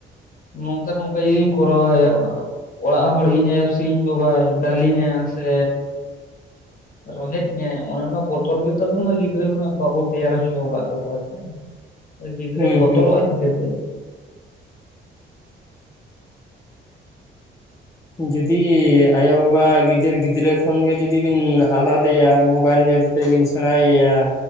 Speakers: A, on the left; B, on the left.
A: ᱱᱚᱝᱠᱟ ᱱᱚᱝᱠᱟ ᱡᱩᱫᱤᱧ ᱠᱚᱨᱟᱣᱟᱭ ᱚᱲᱟᱜ ᱦᱚᱲ ᱤᱧ ᱟᱭᱳ ᱥᱤᱧ ᱵᱟᱵᱟᱭ ᱫᱟᱞᱤᱧᱟ ᱥᱮ ᱨᱚᱦᱮᱫ ᱤᱧᱟᱭ ᱚᱱᱮ ᱚᱱᱟ ᱵᱚᱛᱚᱨ ᱜᱮᱛᱚᱟᱵᱚ ᱢᱟ ᱜᱤᱫᱽᱨᱟᱹ ᱠᱷᱚᱱᱟᱜ ᱵᱟᱵᱚ ᱛᱮᱭᱟᱨ ᱦᱚᱪᱚ ᱟᱠᱟᱫ ᱛᱟᱠᱚᱣᱟ ᱥᱮ ᱜᱤᱫᱽᱨᱟᱹ
B: ᱦᱩᱸ
A: ᱵᱚᱛᱚᱨᱚᱜ
B: ᱦᱩᱸ
A: ᱟᱭ ᱪᱤᱠᱟᱹᱛᱮ
B: ᱡᱩᱫᱤ ᱟᱭᱳ ᱵᱟᱵᱟ ᱜᱤᱫᱟᱹᱨ ᱜᱤᱫᱽᱨᱟᱹ ᱠᱷᱚᱱ ᱜᱮ ᱡᱩᱫᱤᱵᱤᱱ ᱟᱞᱟᱫᱮᱭᱟ ᱢᱚᱵᱟᱭᱤᱞ ᱧᱮᱞ ᱵᱤᱱ ᱥᱮᱬᱟᱭᱟ